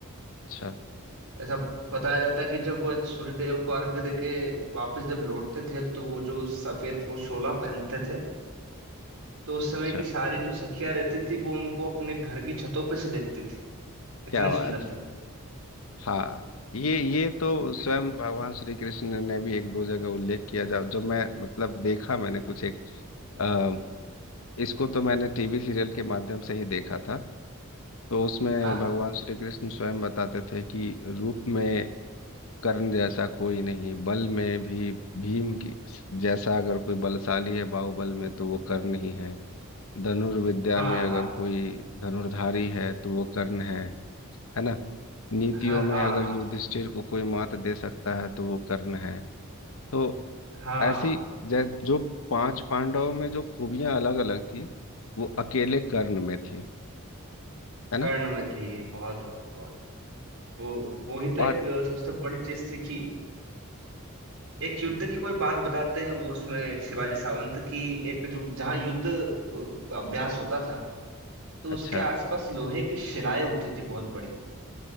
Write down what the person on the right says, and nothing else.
ऐसा बताया जाता है कि जब वो ऐसे सूर्यदेव को अर्घ देके वापस जब लौटते थे तो वो जो सफेद वो शोला पहनते थे तो उस समय
की सारी जो सखियां रहती थी वो उनको अपने घर की छतों पे से देखती थी इतने
सुंदर
थे वो।
कि-
हाँ
हाँ
हाँ
हाँ
हाँ
हाँ हाँ
हाँ,
कर्ण में थी बहुत बहुत बहुत वो वो ही तो
एक अ, सबसे बड़ी चीज थी कि एक युद्ध की कोई बात बताते हैं वो उसमें शिवाजी सावंत की एक जो जहाँ युद्ध अ, अभ्यास होता था तो
उसके आसपास लोहे की शिलाएं होती थी बहुत बड़ी